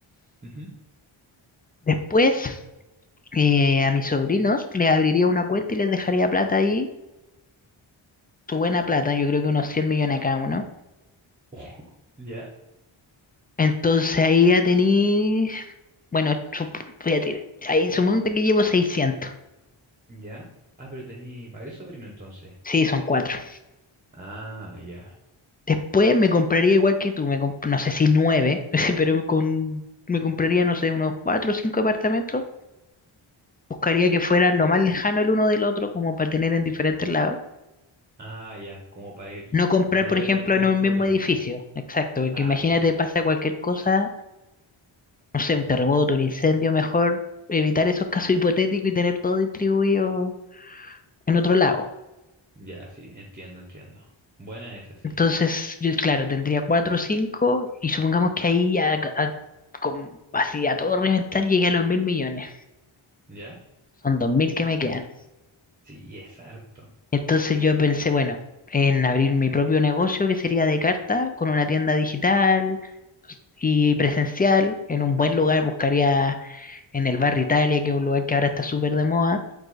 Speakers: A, on the right; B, on the left.
A: ujú.
B: Después eh, a mis sobrinos, les abriría una cuenta y les dejaría plata ahí, su buena plata, yo creo que unos 100 millones a cada uno.
A: <laughs> Ojo, ya,
B: Entonces ahí ya tení, bueno, su- voy a tirar, ahí sumonte que llevo seiscientos
A: ya. Ah, pero tení varios sobrinos entonces.
B: Sí, son cuatro.
A: Ah, ya.
B: Después me compraría igual que tú, me comp- no sé si nueve, <laughs> pero me con, me compraría, no sé, unos cuatro o cinco departamentos. Buscaría que fueran lo más lejano el uno del otro, como para tener en diferentes lados.
A: Ah, ya, como para ir,
B: No comprar,
A: para no
B: por
A: depender
B: ejemplo, en un
A: todo
B: mismo
A: de una.
B: edificio. Exacto, porque
A: Ah,
B: imagínate,
A: ya sé.
B: pasa cualquier cosa no sé, un terremoto, un incendio, mejor evitar esos casos hipotéticos y tener todo distribuido en otro lado.
A: Ya, sí, entiendo, entiendo. Buena esa, sí.
B: Entonces, yo, claro, tendría cuatro o cinco y supongamos que ahí ya, a- con- así a todo reventar llegué a los mil millones.
A: ¿Ya?
B: Son dos mil que me quedan.
A: Sí, es harto.
B: Entonces yo pensé, bueno, en abrir mi propio negocio que sería de carta, con una tienda digital y presencial, en un buen lugar, buscaría en el barrio Italia, que es un lugar que ahora está súper de moda